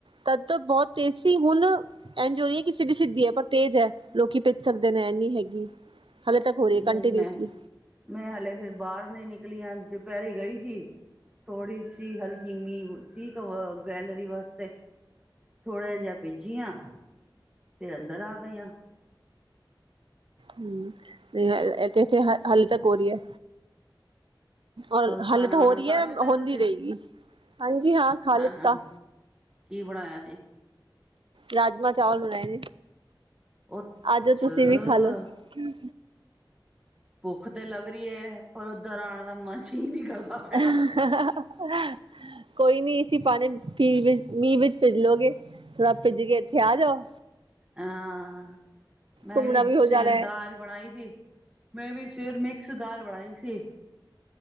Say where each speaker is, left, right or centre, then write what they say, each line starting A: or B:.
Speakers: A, on the right; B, on the right.
A: ਤਦ ਤੋਂ ਬਹੁਤ। ਤੇਜ ਸੀ ਹੁਣ ਇੰਝ ਹੋ ਰਹੀ ਹੈ। ਕਿ ਸਿੱਧੀ ਸਿੱਧੀ ਹੈ। ਪਰ ਤੇਜ ਹੈ ਲੋਕੀ ਭਿੱਜ ਸਕਦੇ ਨੇ ਇੰਨੀ ਹੈਗੀ। ਹਲੇੇ ਤੱਕ ਹੋ ਰਹੀ
B: ਨਹੀਂ
A: ਹੈ ਕੰਟੀਨਿਊਸਲੀ।
B: ਮੈਂ ਮੈਂ ਹਲੇ ਫੇਰ ਬਾਹਰ ਨਹੀਂ ਨਿਕਲੀ ਅੱਜ ਦੁਪਹਿਰੇ ਗਈ ਸੀ। ਥੋੜ੍ਹੀ ਸੀ ਹਲਕੀ ਮੀਂਹ ਸੀ ਉਹ ਗੈਲਰੀ ਵਾਸਤੇ। ਥੋੜ੍ਹਾ ਜਿਹਾ ਭਿੱਜੀ ਆਂ ਫਿਰ ਅੰਦਰ ਆ ਗਈ ਆਂ।
A: ਹੂੰ ਤੇ ਇਥ ਇੱਥੇ ਹ ਹਾਲੇ ਤੱਕ ਹੋ ਰਹੀ ਹੈ। ਔਰ
B: ਖਾਣਾ
A: ਹਲੇ ਤੋਂ
B: ਵਾਣਾ
A: ਹੋ ਰਹੀ
B: ਖਾ
A: ਹੈ
B: ਲਿੱਤਾ
A: ਹੁੰਦੀ
B: ਤੁਸੀਂ
A: ਰਹੇਗੀ ਹਾਂਜੀ ਹਾਂ ਖਾਂ
B: ਖਾਣਾ
A: ਲਿੱਤਾ।
B: ਕੀ ਬਣਾਇਆ ਸੀ।
A: ਰਾਜਮਾਂ ਚਾਵਲ ਬਣਾਏ ਨੇ
B: ਅੱਛਾ
A: ਆਜੋ ਤੁਸੀਂ ਵੀ ਖਾ ਲੋ ਹੂੰ।
B: ਭੁੱਖ ਤੇ ਲੱਗ ਰਹੀ ਹੈ ਪਰ ਉੱਧਰ ਆਉਣ ਦਾ ਮਨ ਨੀ ਨਹੀਂ ਕਰਦਾ।
A: <unintelligible>
B: ਪਿਆ
A: ਕੋਈ ਨੀ ਅਸੀਂ ਪਾਣੇ ਪੀ ਵਿੱਚ ਮੀਂਹ ਵਿੱਚ ਭਿੱਜਲੋਗੇ ਥੋ੍ਹਾ ਭਿੱਜ ਕੇ ਇੱਥੇ ਆ ਜਾਓ।
B: ਹਾਂ, ਮੈਂ
A: ਘੁੰਮਣਾ
B: ਵੀ
A: ਹੋ
B: ਸਵੇਰੇ
A: ਜਾਣਾ ਹੈ
B: ਦਾਲ ਬਣਾਈ ਸੀ। ਮੈਂ ਵੀ ਸਵੇਰ ਮਿਕਸ ਦਾਲ ਬਣਾਈ ਸੀ।